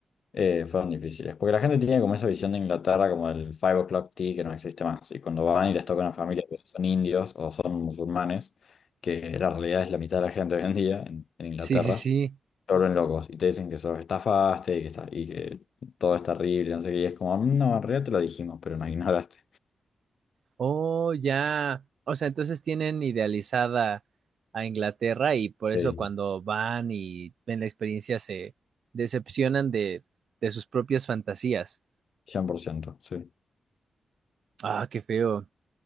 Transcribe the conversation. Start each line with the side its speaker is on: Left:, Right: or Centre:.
Left: eh, fueron difíciles, porque la gente tiene como esa visión de Inglaterra como el Five O'Clock Tea que no existe más. Y cuando van y les toca una familia que son indios o son musulmanes, que la realidad es la mitad de la gente <laughs> hoy en día en en Inglaterra.
Right: Sí, sí, sí.
Left: vuelven locos y te dicen que sos estafaste y que, está, y que todo es terrible, no sé qué, y es como, "Mm, no, en realidad te lo dijimos, pero nos <laughs> ignoraste.
Right: Oh, ya. O sea, entonces tienen idealizada a Inglaterra y por eso
Left: Sí,
Right: cuando van y ven la experiencia se decepcionan de, de sus propias fantasías.
Left: cien por ciento sí.
Right: Ah, qué feo.